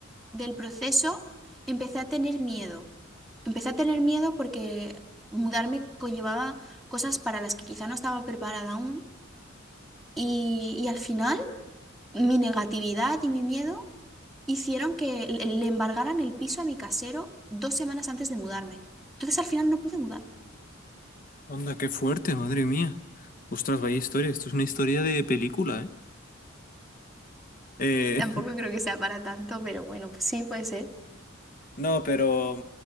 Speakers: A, in the centre; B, on the left.
A: del proceso empecé a tener miedo. Empecé a tener miedo porque mudarme conllevaba cosas para las que quizá no estaba preparada aún y, y al final, mi negatividad y mi miedo hicieron que le le embargaran el piso a mi casero dos semanas antes de mudarme. Entonces, al final no pude mudarme.
B: Onda, qué fuerte, madre mía. Ostras, vaya historia. Esto es una historia de película, ¿eh? Eh,
A: Tampoco
B: <laughs>
A: creo que sea para tanto, pero bueno, pues sí, puede ser.
B: No, pero,